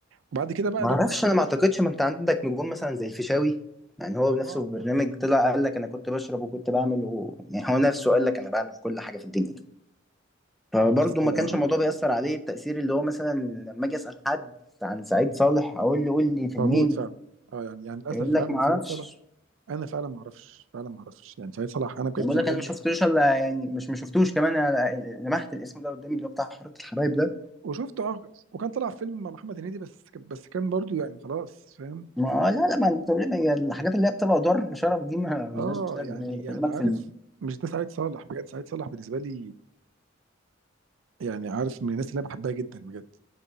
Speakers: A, on the right (about 85°); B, in the centre.
A: وبعد كده بقى
B: ما
A: لما
B: اعرفش انا ما اعتقدش ما انت عندك نجوم مثلا زي الفيشاوي يعني هو نفسه
A: اه
B: في برنامج
A: بس
B: طلع قال لك انا كنت بشرب وكنت بعمل و... يعني هو نفسه
A: اه
B: قال لك انا بعمل كل حاجه في الدنيا فبرضه
A: اه بس
B: ما
A: اه
B: كانش الموضوع بيأثر عليه التأثير اللي هو مثلا لما اجي اسأل حد عن سعيد صالح اقول له قول لي في
A: موجود
B: مين
A: فعلا اه يعني يعني للاسف
B: يقول
A: فعلا
B: لك ما
A: سعيد
B: اعرفش
A: صالح انا فعلا ما اعرفش فعلا ما اعرفش يعني سعيد صالح انا بجد
B: انا بقول
A: زعلان
B: لك انا ما شفتوش الا يعني مش ما شفتوش كمان أنا لمحت الاسم ده قدامي اللي هو بتاع حركه الحبايب ده
A: وشفته اه وكان طلع في فيلم مع محمد هنيدي بس بس كان برضو يعني خلاص فاهم
B: ما لا لا ما التمرين- هي الحاجات اللي هي بتبقى دار شرف دي ما ملهاش
A: اه
B: لازمه
A: يعني
B: يعني بكلمك
A: يعني عارف
B: في
A: مش ده سعيد صالح بجد سعيد صالح بالنسبه لي يعني عارف من الناس اللي انا بحبها جدا بجد